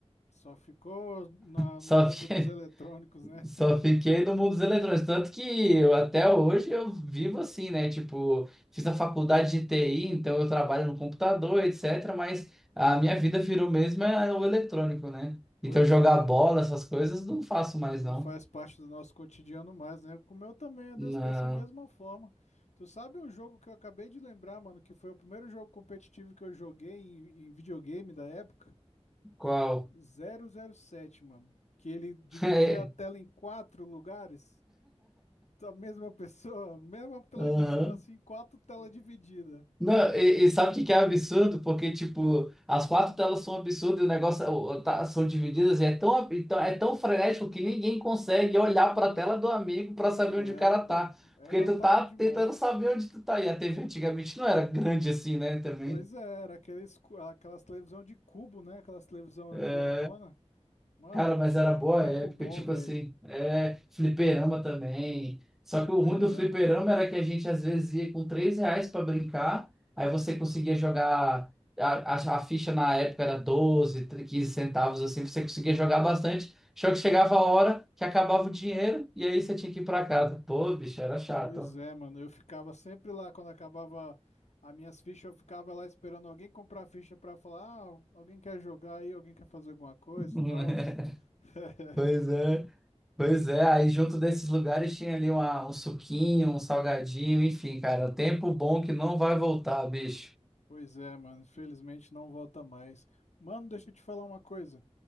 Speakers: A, on the left (about 80°); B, in the centre.
A: Só ficou na,
B: Só
A: no mundo
B: <laughs>
A: dos
B: vi
A: eletrônicos, né?
B: Só fiquei no mundo dos eletrônicos, tanto que eu, até hoje eu vivo assim, né? Tipo, fiz a faculdade de TI, então eu trabalho no computador, etc. Mas a
A: Aham.
B: minha vida virou mesmo é o eletrônico, né?
A: Pois
B: Então jogar
A: é,
B: bola, essas coisas, não faço mais,
A: não
B: não.
A: faz parte do nosso cotidiano mais, né? Com O meu também é des-
B: Não.
A: dessa mesma forma. Tu sabe um jogo que eu acabei de lembrar, mano, que foi o primeiro jogo competitivo que eu joguei em, em videogame da época?
B: Qual?
A: zero zero sete mano. Que ele dividia
B: <laughs> É.
A: a tela em quatro lugares. a mesma pessoa, mesma televisão,
B: Aham.
A: assim, quatro telas divididas.
B: Não, e, e sabe o que que é absurdo? Porque, tipo, as quatro telas são absurdas e o negócio o- tá- são divididas e é tão, ab- então, é tão frenético que ninguém consegue olhar pra tela do amigo pra saber
A: É,
B: onde o cara
A: pô,
B: tá.
A: era
B: Porque tu
A: top
B: tá
A: demais.
B: tentando saber onde tu tá. E a TV antigamente não era grande assim, né? Também.
A: Pois é, era aqueles, cu- aquelas televisão de cubo, né? Aquelas televisão
B: É.
A: gordona. Mano,
B: Cara, mas
A: que,
B: era
A: que
B: boa
A: tempo
B: época,
A: bom,
B: tipo
A: velho.
B: assim, é, fliperama também. Só
A: Fliperama.
B: que o ruim do fliperama era que a gente às vezes ia com três reais pra brincar, aí você conseguia jogar, a, a, a ficha na época era 12 15 centavos, assim, você conseguia jogar bastante. Só que chegava a hora que acabava o dinheiro e aí você tinha que ir pra casa. Pô, bicho, era chato.
A: Pois é, mano. Eu ficava sempre lá quando acabava as minhas fichas, eu ficava lá esperando alguém comprar a ficha pra falar, ah, alguém quer jogar aí, alguém quer fazer alguma coisa
B: <laughs>
A: e tal. <laughs>
B: Pois é, pois é. Aí junto desses lugares tinha ali uma, um suquinho, um salgadinho, enfim, cara, tempo bom que não vai voltar, bicho.
A: Pois é, mano, infelizmente não volta mais. Mano, deixa eu te falar uma coisa.